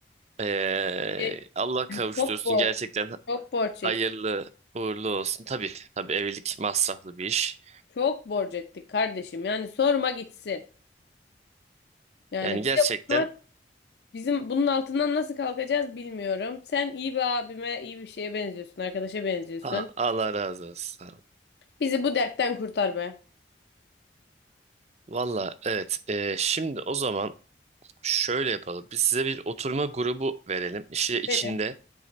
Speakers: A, on the right; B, on the left.
A: e,
B: E,
A: Allah kavuştursun
B: Çok borç.
A: gerçekten
B: Çok borç
A: hayırlı
B: ettik.
A: uğurlu olsun. Tabii, tabii evlilik masraflı bir iş.
B: Çok borç ettik kardeşim. Yani sorma gitsin. Yani
A: Yani gerçekten
B: bir de bunlar Bizim bunun altından nasıl kalkacağız bilmiyorum. Sen iyi bir abime, iyi bir şeye benziyorsun, arkadaşa benziyorsun.
A: ha, Allah razı olsun.
B: Bizi bu dertten kurtar be.
A: Valla evet. e, şimdi o zaman şöyle yapalım. Biz size bir oturma grubu verelim. İşte içinde
B: Verin.